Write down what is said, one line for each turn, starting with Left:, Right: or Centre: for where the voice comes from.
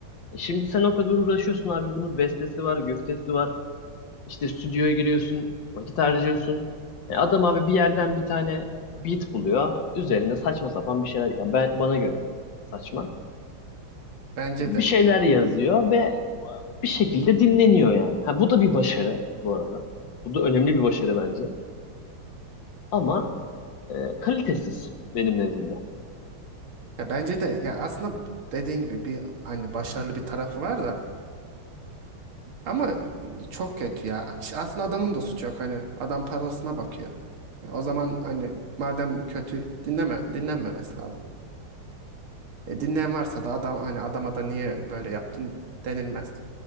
Left: E şimdi sen o kadar uğraşıyorsun abi. Bunun bestesi var, güftesi var. İşte stüdyoya giriyorsun. Vakit harcıyorsun. E adam abi bir yerden bir tane beat buluyor. Üzerine saçma sapan bir şeyler. Ya ben bana göre saçma.
Right: Bence
Left: Bir
Right: de.
Left: şeyler yazıyor ve bir şekilde dinleniyor yani. Ha, bu da bir başarı bu arada. Bu da önemli bir başarı bence. Ama e, kalitesiz benim nezdimde.
Right: Ya bence de ya aslında dediğin gibi bir hani başarılı bir tarafı var da ama çok kötü ya. İşte aslında adamın da suçu yok hani adam parasına bakıyor. E, o zaman hani madem kötü dinleme dinlenmemesi lazım. E, dinleyen varsa da adam hani adama da niye böyle yaptın denilmez.